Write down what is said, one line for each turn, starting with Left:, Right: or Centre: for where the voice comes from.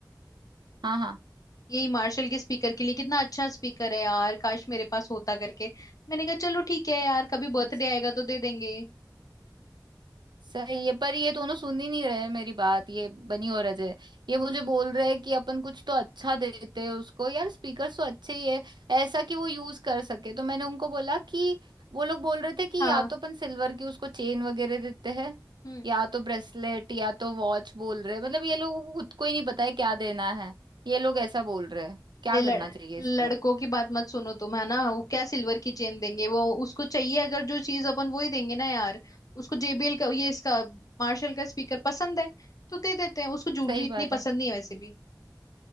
Right: हाँ हाँ
Left: यही मार्शल के स्पीकर के लिए कितना अच्छा स्पीकर है यार काश मेरे पास होता करके मैंने कहा चलो ठीक है यार कभी बर्थडे
Right: क्या
Left: आएगा तो दे देंगे
Right: सही है पर ये दोनों सुन ही नहीं रहे मेरी बात ये बनी और अजय ये मुझे बोल रहे हैं कि अपन कुछ तो अच्छा देते हैं उसको यार स्पीकर तो अच्छे ही है ऐसा कि वो यूज कर सके तो मैंने उनको बोला कि वो लोग बोल रहे थे कि
Left: हाँ
Right: या तो अपन सिल्वर की उसको चेन वगैरह देते हैं
Left: हम्म।
Right: या तो ब्रेसलेट या तो वॉच बोल रहे हैं मतलब ये लोगों को खुद को ही नहीं पता है क्या देना है ये लोग ऐसा बोल रहे हैं क्या
Left: अरे लड़,
Right: करना चाहिए
Left: लड़कों
Right: इस पे अब
Left: की बात मत सुनो तुम है ना वो क्या सिल्वर की चेन देंगे वो उसको चाहिए अगर जो चीज अपन वो ही देंगे ना यार उसको जेबीएल का ये इसका मार्शल का स्पीकर पसंद है तो दे देते हैं उसको ज्वेलरी
Right: सही
Left: इतनी
Right: बात है
Left: पसंद नहीं है वैसे भी